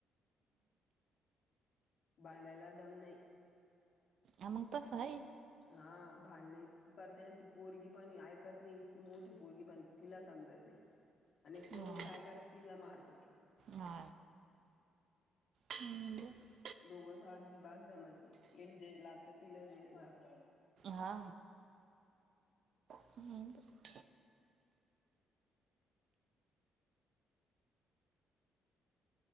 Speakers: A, on the left; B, on the right.
A: भांडायला दम नाही.
B: मग तस आहे
A: हा भांडणी करतेना ती पोरगी पण ऐकत नाही इतकी मोठी पोरगी पण तिला समजत नाही. आणि पोरग
B: हा
A: काय करती तिला मारतो.
B: हा हम् ब <unintelligible> <inaudible>
A: दोघंस अजिबात जमत नाही हिल जे लागत तिला ते लागत.
B: हा आणि <unintelligible>